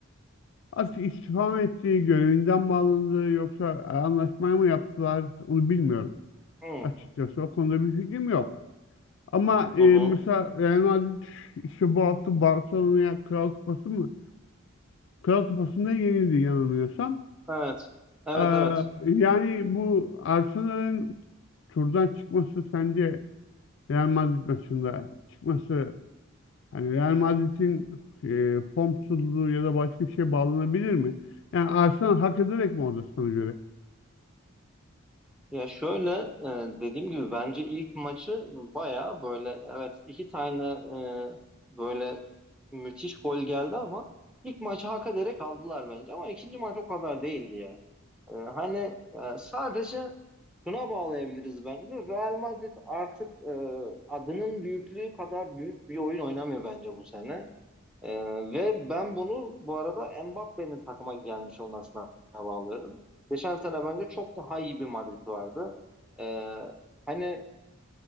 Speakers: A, on the left; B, in the centre.
A: Artık istifa mı etti, görevinden mi yoksa anlaşmayı mı yaptılar onu bilmiyorum.
B: Hı
A: Açıkçası o konuda bir fikrim yok. Ama e,
B: hı. hı.
A: mesela Real Madrid işte bu hafta Barcelona'ya Kral Kupası mı? Kral Kupası'nda yenildi yanılmıyorsam.
B: Evet. Evet
A: Ee,
B: evet.
A: yani bu Arsenal'ın turdan çıkması sence Real Madrid maçında çıkması hani Real Madrid'in e, formsuzluğu ya da başka bir şeye bağlanabilir mi? Yani Arsenal hak ederek mi orada sana göre?
B: Ya şöyle e, dediğim gibi bence ilk maçı baya böyle evet iki tane e, böyle müthiş gol geldi ama ilk maçı hak ederek aldılar bence ama ikinci maç o kadar değildi ya. E, hani e, sadece şuna bağlayabiliriz bence Real Madrid artık e, adının büyüklüğü kadar büyük bir oyun oynamıyor bence bu sene. Ee, ve ben bunu bu arada Mbappe'nin takıma gelmiş olmasına bağlıyorum. Geçen sene bence çok daha iyi bir Madrid vardı. Ee, hani